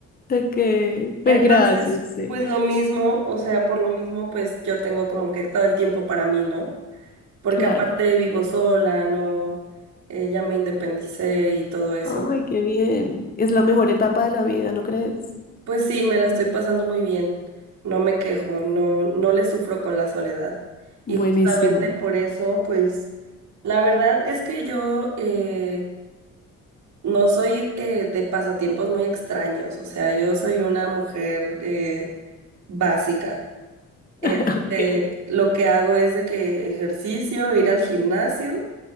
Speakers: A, on the left; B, on the right.
A: Ok,
B: Entonces,
A: pero gracias, sí.
B: pues lo mismo, o sea, por lo mismo, pues yo tengo como que todo el tiempo para mí, ¿no? Porque
A: Claro.
B: aparte vivo sola, no, eh, ya me independicé y todo eso.
A: Ay, qué bien. Es la mejor etapa de la vida, ¿no crees?
B: Pues sí, me la estoy pasando muy bien. No me quejo, no, no le sufro con la soledad. Y
A: Buenísimo.
B: justamente por eso, pues, la verdad es que yo eh, no soy eh, de pasatiempos muy extraños. O sea, yo soy una mujer eh, básica. Este,
A: <laughs>
B: lo que hago es de que ejercicio, ir al gimnasio.